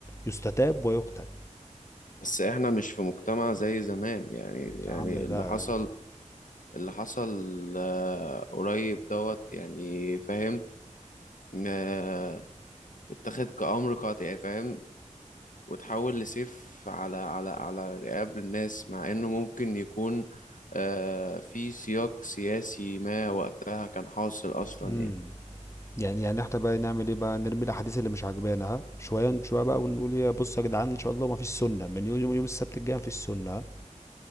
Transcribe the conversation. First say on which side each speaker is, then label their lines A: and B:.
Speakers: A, on the left (about 20°); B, on the left (about 85°).
A: يستتاب ويقتل
B: بس إحنا مش في مجتمع زي زمان يعني يعني
A: يا عم بقى
B: اللي حصل اللي حصل آه، قريب دوت يعني فاهم آه، اتخذ كأمر قاطع يعني فاهم وتحول لسيف على على على رقاب الناس مع انه ممكن يكون آه في سياق سياسي ما وقتها كان حاصل اصلا
A: مم.
B: يعني
A: يعني يعني احنا بقى نعمل ايه بقى نرمي الاحاديث اللي مش عاجبانا ها شويه شويه بقى ونقول يا بص يا جدعان ان شاء الله ما فيش سنه من يوم يوم السبت الجاي ما فيش سنه ها؟